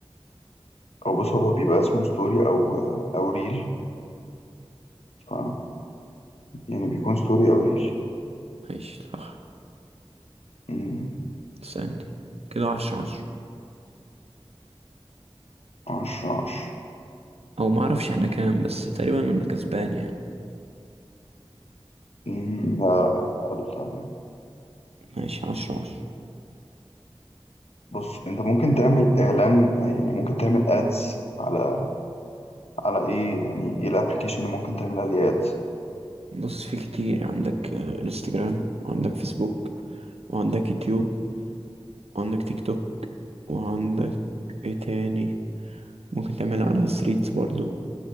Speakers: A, on the left; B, on the right.
A: أو بص هو بيبقى اسمه ستوري أو أو ريل ف يعني بيكون ستوري أو ريل
B: ماشي صح
A: مم.
B: استني كده عشرة عشرة
A: عشرة عشرة
B: أو معرفش احنا كام بس تقريبا أنا كسبان يعني
A: مم. لا تعادل تعادل
B: ماشي عشرة عشرة
A: بص انت ممكن تعمل اعلان يعني ممكن تعمل ادز على على ايه يعني ايه الابلكيشن اللي ممكن تعمل عليه ادز
B: بص في كتير عندك آه، انستجرام وعندك فيسبوك وعندك يوتيوب وعندك تيك توك وعندك ايه تاني ممكن تعمل على ثريدز برضو